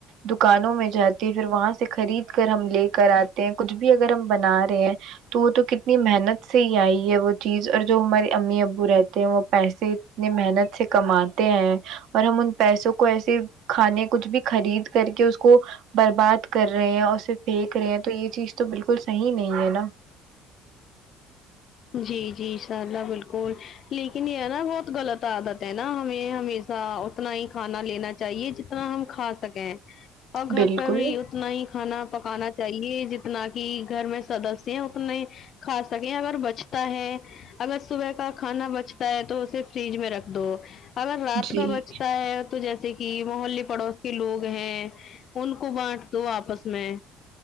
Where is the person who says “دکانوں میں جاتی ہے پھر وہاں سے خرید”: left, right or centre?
Right